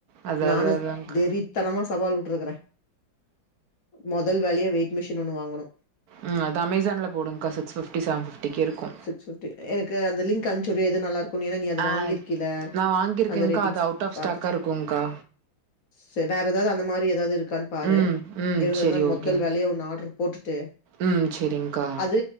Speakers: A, on the right; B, on the left.
A: அது
B: நானு
A: அது அதாங்க்கா
B: வெறித்தனமா சவால் உட்டுருக்குறே மொதல் வேலையா வெயிட் மிஷின் ஒன்னு வாங்கணு
A: ம் அது அமேசான்லே போடுங்கா சிக்ஸ் ஃபிப்டி செவன் ஃபிப்டிக்கி இருக்கு
B: சிக்ஸ் ஃபிப்டி எனக்கு அந்த லிங்க் அம்சிவிடுறியா எது நல்ல இருக்கு குன் ஏன்னா நீ அது
A: ஆ
B: வாங்கிருக்கீல
A: நா வாங்கியிருக்கேங்க்கா
B: அந்த ரேட்டிங்ஷ்
A: அது அவுட் ஆஃப்
B: பாத்துட்டு
A: ஸ்டாக்கா இருக்குங்க்கா
B: ச வேற எதாவது அந்த மாரி எதாவது இருக்கான்னு பாரு
A: ம் ம்
B: இருந்ததுன்னா
A: சரி
B: மொதல்
A: ஓகேங்
B: வேலையா ஒன்னு ஆட்ர் போட்டுட்டு
A: ம் செரிங்கா
B: அது